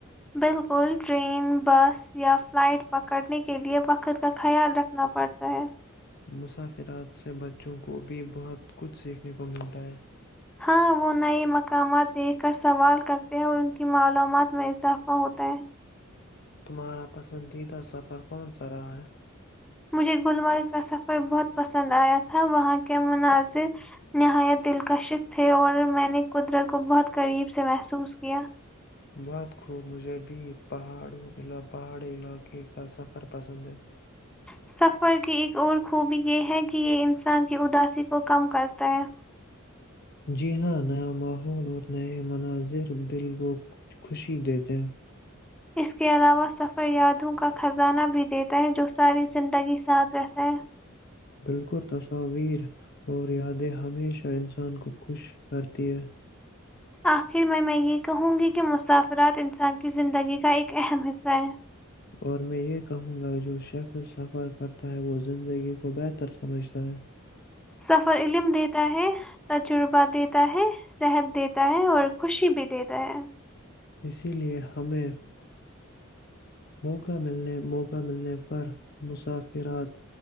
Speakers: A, in the centre; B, on the left.
A: بالکل ٹرین بس یا فلائٹ پکڑنے کے لے وقت کا خیال رکھنا پڑتا ہے
B: مسافرات سے بچوں کو بھی بہت کچھ سیکھنے کو ملتا ہے
A: ہاں وہ نئے مقامات دیکھ کر سوال کرتے ہیں اور ان کی معلومات میں اضافہ ہوتا ہے
B: تمہارا پسندیدہ سفر کون سا رہا ہے؟
A: مجھے گلمرگ کا سفر بہت پسند آیا تھا وہاں کے مناظر نہایت دلکشش تھے اور میں نے قدرت کو بہت قریب سے محسوس کیا
B: بہت خوب مجھے بھی پہاڑوں پہاڑی علاقے کا سفر پسند ہے
A: سفر کی ایک اور خوبی یہ ہے کہ یہ ان انسان کی اداسی کو کم کرتا ہے
B: جی ہاں نیا ماحول اور نئے مناظر دل کو خوشی دیتے ہیں
A: اس کے علاوہ سفر یادوں کا خزانہ بھی دیتا ہے جو ساری زندگی ساتھ رہتا ہے
B: بالکل تصاویر اور یادیں ہمیشہ انسان کو خوش کرتی ہیں <inaudible>
A: آخر میں میں یہ کہوں گی کہ مسافرات انسان کی زندگی کا ایک اہم حصہ ہیں <inaudible>
B: اور میں یہ کہوں گا جو شخص سفر کرتا ہے وہ زندگی کو بہتر سمجھتا ہے
A: سفر علم دیتا ہے تجربہ دیتا ہے صحت دیتا ہے اور خوشی بھی دیتا ہے
B: اسی لیے ہمیں <inaudible> موقع ملنے موقع ملنے پر مسافرات